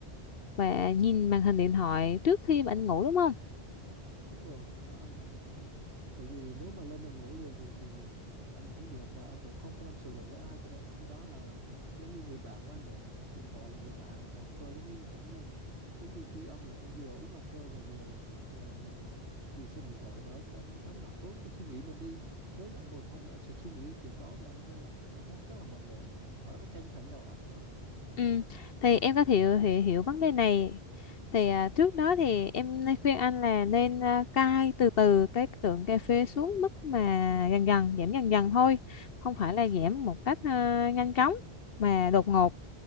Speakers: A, on the left; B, on the right.
A: và nhìn màn hình điện thoại trước khi mà anh ngủ đúng không?
B: đúng rồi cái đó anh anh cũng tại vì nếu mà lên nằm ngủ liền thì thì anh cũng không được và anh cũng không có tâm sự được với ai cho nên cái đó là giống như người bạn của anh vậy điện thoại là người bạn và cà phê giống như cũng là một giống như tri ân vậy anh vừa uống cà phê và vừa ờ, vừa xem điện thoại để cho nó đánh lạc hướng cái suy nghĩ mình đi nếu mà anh ngồi không anh sẽ suy nghĩ cái chuyện đó thì anh ờ, cảm thấy rất là mệt mỏi và rất là căng thẳng đầu óc nữa
A: Ừ. Thì em có thể hiểu, hiểu, hiểu vấn đề này thì à, trước đó thì em nên khuyên anh là nên à, cai từ từ cái lượng cà phê xuống mức mà dần dần giảm dần dần thôi không phải là giảm một cách à, nhanh chóng mà đột ngột